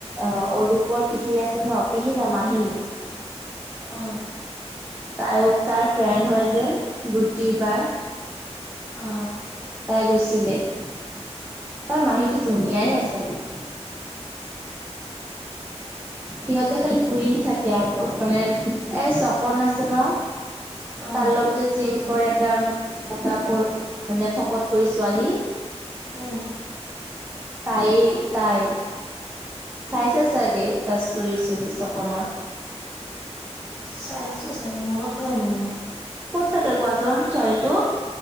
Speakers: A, on the right; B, in the centre.
A: অ অৰূপৰ পিহি আছে ন পিহি ন মাহী।
B: অ।
A: তাইও তাইৰ ফ্ৰেণ্ড হয় যে গুটি বাই
B: অ
A: তাই গৈছিলে তাৰ মাহীটো ধুনীয়াই আছিলে। সিহঁতে খালি ফুৰি থাকে আকৌ মানে এ চকন আছে ন।
B: অ অ
A: তাৰ লগত জিম কৰে একদম। মুতা কৰ মানে শকত কৰি ছোৱালী।
B: উম।
A: তাই তাই চাইছে চাগে তাৰ ষ্টৰি চষ্টৰি চকনৰ।
B: চাইছো চাগে মনত নাই মানে মোৰ।
A: ক'ত থাকে কোৱাচোন ছোৱালীটো